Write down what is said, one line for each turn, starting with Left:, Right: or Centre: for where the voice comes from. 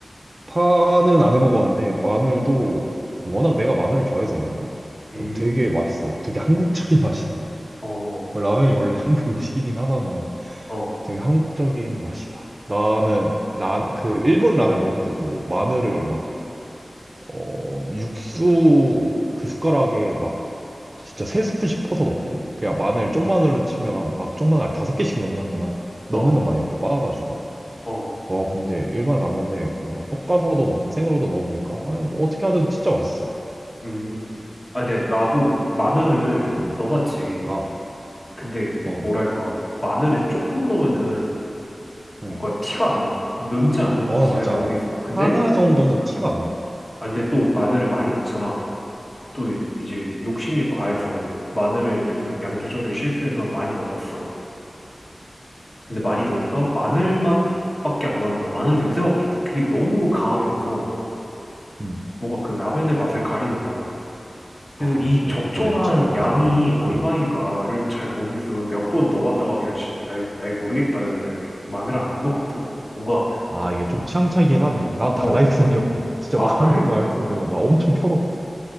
Right: 파는 안 해 먹었는데, 마늘도, 워낙 내가 마늘을 좋아해서 그런가?
Left: 음,
Right: 어, 되게 맛있어. 되게 한국적인 <laughs> 맛이다.
Left: 어,
Right: 뭐 라면이 원래 <laughs> 한국 음식이긴 하다만,
Left: 어,
Right: 되게 한국적인 맛이다. 나는, 라, 그, 일본 라면 먹을 때도 마늘을 막, 어, 육수 그 숟가락에 막 진짜 세 스푼 씩 퍼서 넣거든? 그냥 마늘 쪽마늘로 치면 막 쪽마늘 다섯 개씩 넣는단 말, 넣는단
Left: 어,
Right: 말이야. 그 빻아가지고.
Left: 어,
Right: 와, 근데 일반 라면에 그걸 막 볶아서도 넣고 생으로도 넣어보니까, 아, 뭐 어떻게 하든 진짜 맛있어.
Left: 음. 아, 근데 나도 마늘을
Right: 음.
Left: 넣어봤지.
Right: 아,
Left: 근데,
Right: 어,
Left: 뭐랄까, 마늘을 조금 넣으면은
Right: 어.
Left: 뭔가 티가 안 나. 넣는지 안 넣는지
Right: 어 맞아.
Left: 잘 모르겠어. 근데,
Right: 하나 정도는 티가 안 나.
Left: 아, 근데 또 마늘을 많이 넣잖아. 또 이제 욕심이 과해서 마늘을 좀 양 조절을 실패해서 많이 넣어봤어. 근데 많이 넣으니까 마늘 맛밖에 안 나는 거야. 마늘 냄새밖에 그게 너무 강하게 나서
Right: 음.
Left: 뭔가 그 라면의 맛을 가리는 거야. 그래서
Right: 아,
Left: 이
Right: 그래?
Left: 적절한
Right: 아, 내 취향에 맞아.
Left: 양이 얼마인가를
Right: 어.
Left: 잘 모르겠어서 몇 번 넣어봤다가 그냥 시, 아이, 아이 모르겠다 이거 그냥 마늘을 안 넣거든. 뭔가
Right: 아, 이게 좀 취향 차이긴 하네. 난 다다익선이었거든.
Left: 어,
Right: 진짜
Left: 아,
Right: 많은
Left: 그래?
Right: 말수로 나 엄청 터졌어.